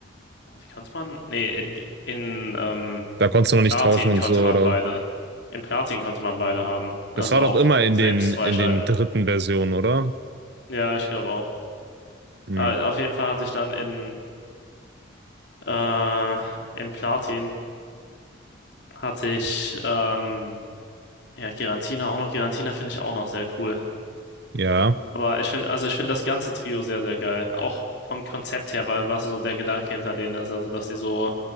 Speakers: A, on the left; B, on the right.
A: warte, konnte man? Nee, in, in ähm,
B: Da konntest du noch
A: Platin
B: nicht tauschen und
A: konnte
B: so,
A: man
B: oder?
A: beide. Im Platin konnte man beide haben. Also
B: Das war doch
A: auch
B: immer in
A: selbst
B: den,
A: freischalten.
B: in den dritten Versionen, oder?
A: Ja, ich glaube auch.
B: Hm,
A: Ah, auf jeden Fall hatte ich dann in, äh, im Platin hatte ich ähm, ja, Giratina auch noch. Giratina finde ich auch noch sehr cool.
B: ja.
A: Aber ich finde, also ich finde das ganze Trio sehr, sehr geil. Auch vom Konzept her, weil was so der Gedanke hinter denen ist, also dass sie so